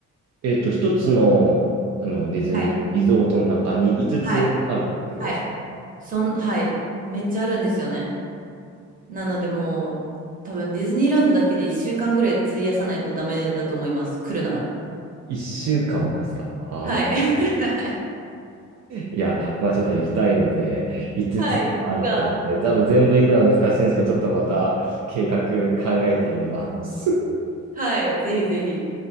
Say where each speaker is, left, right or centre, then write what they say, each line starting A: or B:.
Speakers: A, on the right; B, on the right.
A: えっと、一つの、あのディズニーリゾートの中に5つつあるってことです。
B: はい、はい、はい。そん、はい、めっちゃあるんですよね。なのでもう、多分ディズニーランドだけで1週間ぐらい費やさないとダメだと思います、来るなら。
A: 1週間もですか。ああ。
B: はい。<laughs> はい。
A: いや、まあちょっと行きたいので、5つつもあったので、
B: はい。いつか
A: 多分全部行くのは難しいんですけど、ちょっとまた計画考えてみます。
B: はい、ぜひぜひ。